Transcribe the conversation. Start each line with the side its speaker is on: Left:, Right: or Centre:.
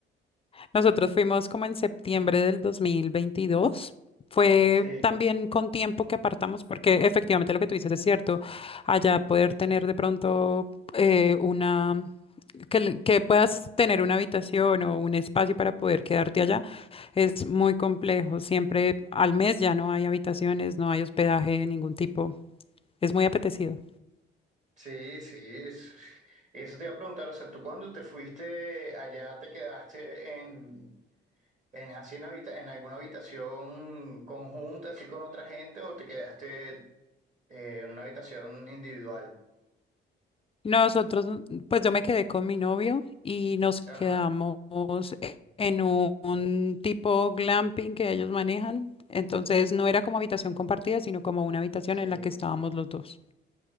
Left: nosotros fuimos como en septiembre del 2022. Fue
Right: Sí,
Left: también con tiempo que apartamos, porque efectivamente lo que tú dices es cierto. Allá poder tener de pronto eh, una que, l- que puedas tener una habitación o un espacio para poder quedarte allá es muy complejo. Siempre al mes ya no hay habitaciones, no hay hospedaje de ningún tipo. Es muy apetecido.
Right: sí, sí. es- Y Eso te iba a preguntar, o sea, tú cuando te fuiste allá te quedaste en, en, así en, habita- en alguna habitación conjunta, así con otra gente, o te quedaste eh, en una habitación individual.
Left: Nosotros, mm, pues yo me quedé con mi novio y nos quedamos
Right: Ajá.
Left: e- en un, un tipo glamping que ellos manejan. Entonces no era como habitación compartida, sino como una habitación
Right: Sí.
Left: en la que estábamos los dos.